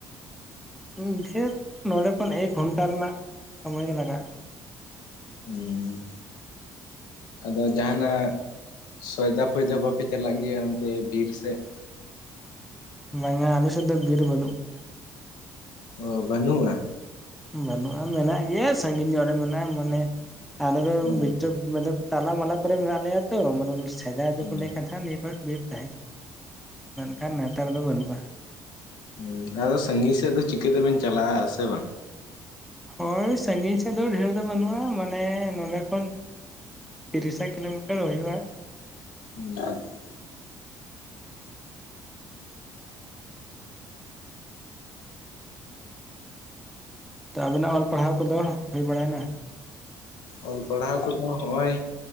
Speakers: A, in the centre; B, on the left (about 85°).
A: ᱮᱸ ᱰᱷᱮᱨ ᱱᱚᱰᱮ ᱠᱷᱚᱱ ᱮᱠ ᱜᱷᱚᱱᱴᱟ ᱨᱮᱱᱟᱜ ᱥᱚᱢᱚᱭ ᱜᱮ ᱞᱟᱜᱟ-ᱟ᱾
B: ᱦᱩᱸᱻ ᱟᱫᱚ ᱡᱟᱦᱟᱱᱟᱜ ᱥᱚᱭᱫᱟ ᱯᱷᱚᱭᱫᱟ ᱵᱟᱯᱮ ᱪᱟᱞᱟᱜ ᱜᱮᱭᱟ ᱚᱱᱛᱮ ᱵᱤᱨ ᱥᱮᱫ
A: ᱵᱟᱝᱟ ᱟᱞᱮ ᱥᱮᱫ ᱫᱚ ᱵᱤᱨ ᱵᱟᱹᱱᱩᱜ ᱟᱠᱟᱫᱼᱟ᱾
B: ᱚ ᱵᱟᱹᱱᱩᱜ-ᱟ᱾
A: ᱵᱟᱹᱱᱩᱜ-ᱟ ᱢᱮᱱᱟᱜ ᱜᱮᱭᱟ ᱥᱟᱺᱜᱤᱧ ᱧᱚᱜ ᱨᱮ ᱢᱮᱱᱟᱜ-ᱟ ᱢᱟᱱᱮ ᱟᱞᱮ ᱫᱚ
B: ᱚ
A: ᱵᱤᱪᱚᱠ ᱢᱟᱫᱚᱵ ᱛᱟᱞᱟ ᱢᱟᱞᱟ ᱠᱚᱨᱮ ᱢᱮᱱᱟᱜ ᱞᱮᱭᱟ ᱛᱚ ᱢᱟᱛᱞᱚᱵ ᱥᱮᱫᱟᱭ ᱫᱚᱠᱚ
B: ᱦᱩᱸ
A: ᱞᱟᱹᱭ ᱮᱫ ᱛᱟᱦᱮᱸᱱᱟ ᱱᱤᱭᱟᱹ ᱠᱚ ᱵᱤᱨ ᱛᱟᱦᱮᱸ ᱠᱟᱱᱟ᱾ ᱢᱮᱱᱠᱷᱟᱱ ᱱᱮᱛᱟᱨ ᱫᱚ ᱵᱟᱹᱱᱩᱜ-ᱟ᱾
B: ᱦᱩᱸ ᱟᱫᱚ ᱥᱟᱺᱜᱤᱧ ᱥᱮᱫ ᱫᱚ, ᱪᱤᱠᱟᱹ ᱛᱮᱵᱮᱱ ᱪᱟᱞᱟᱜ-ᱟ, ᱥᱮ ᱵᱟᱝ?
A: ᱦᱳᱭ ᱥᱟᱺᱜᱤᱧ ᱥᱮᱫ ᱫᱚ, ᱰᱷᱮᱨ ᱫᱚ ᱵᱟᱹᱱᱩᱜ-ᱟ, ᱢᱟᱱᱮ ᱱᱚᱰᱮ ᱠᱷᱚᱱ ᱛᱤᱨᱤᱥᱟ ᱠᱤᱞᱳ ᱢᱤᱴᱟᱨ ᱦᱳᱭᱳᱜ-ᱟ᱾
B: ᱦᱩᱸ <unintelligible>
A: ᱛᱚ ᱟᱵᱮᱱᱟᱜ ᱚᱞ ᱯᱟᱲᱦᱟᱣ ᱠᱚᱫᱚ, ᱦᱳᱭ ᱵᱟᱲᱟᱭ ᱱᱟ᱾
B: ᱚᱞ ᱯᱟᱲᱦᱟᱣ ᱠᱚᱫᱚ ᱦᱚᱜ-ᱚᱭ,